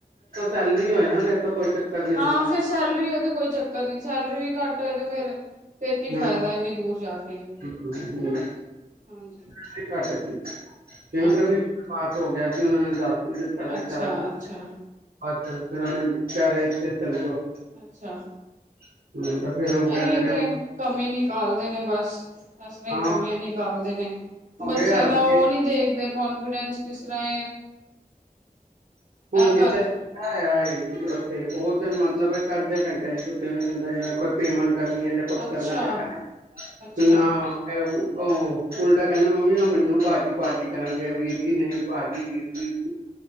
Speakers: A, on the right; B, on the right.
A: ਸੈਲਰੀ ਹੋਏ ਨਾ ਫੇਰ ਤਾਂ ਕੋਈ ਚੱਕਰ ਨੀ
B: ਹਾਂ
A: ਆ।
B: ਫਿਰ ਸੈਲਰੀ ਹੋਈ ਤੇ ਕੋਈ ਚੱਕਰ ਨਹੀਂ ਸੈਲਰੀ ਵੀ ਘੱਟ ਹੋਏ ਤੇ ਫਿਰ ਫਿਰ ਕੀ
A: ਹਾਂ
B: ਫਾਇਦਾ ਇਨੀ ਦੂਰ ਜਾ ਕੇ,
A: ਹੂੰ ਹੂੰ,
B: ਹਾਂਜੀ।
A: ਸੈਲਰੀ ਘੱਟ ਸੀ ਇੰਟਰਵਿਊ
B: ਹਾਂਜੀ,
A: ਵਿਚ ਪਾਸ ਹੋ ਗਿਆ। ਉਹਨਾਂ ਨੇ ਦੱਸ ਦਿੱਤਾ ਨੇ
B: ਅੱਛਾ,
A: ਸਾਰਾ ਕੁਝ,
B: ਅੱਛਾ,
A: ਪਰ ਫੇਰ ਉਹਨੇ ਵਿਚਾਰੇ ਇੱਥੇ ਚਲੇ ਜਾਓ।
B: ਅੱਛਾ।
A: <inaudible> ਉਹ
B: ਅਹੀਏ
A: ਕਹਿਣ ਲੱਗਿਆ
B: ਤੇ ਕਮੀ ਨੀ ਨਿਕਾਲਦੇ ਨੇ ਬਸ। ਇਸ ਤਰ੍ਹਾਂ
A: ਹਾਂ
B: ਕਮੀਆਂ ਨਿਕਾਲਦੇ ਨੇ
A: ਹੋ
B: ਬੱਚਿਆਂ
A: ਗਿਆ ਵੀ
B: ਦਾ ਉਹ ਨੀ ਦੇਖਦੇ ਕੌਨਫੀਡੈਂਸ ਕਿਸ ਤਰ੍ਹਾਂ
A: ਹੁਣ ਜਿੱਥੇ
B: ਕਰਕੇ
A: ਲੱਗਾ ਐ ਉੱਥੇ ਉਹ ਤੇ ਮਤਲਬ ਇੱਕ ਅੱਧੇ ਘੰਟੇ ਦੀ ਛੁੱਟੀ ਤੇ ਵੀ ਨੀ ਜਾਂਦਾ ਜਿਵੇਂ ਕੋਈ ਪੇਮੈਂਟ ਕਰਨੀਆਂ ਜਾਂ ਕੁਛ
B: ਅੱਛਾ,
A: ਕਰਨਾ ਕਰਨਾ
B: ਅੱਛਾ,
A: ਚਾਹੀਦਾ ਨਾ ਉਹਹ ਉਲਟਾ ਕਹਿੰਦਾ ਮੰਮੀ ਉਹ ਮੈਨੂੰ ਬਾਜੀ ਪਾਜੀ ਕਰਨਗੇ ਵੀਰ ਜੀ ਨਹੀਂ ਭਾਜੀ ਵੀਰ ਜੀ।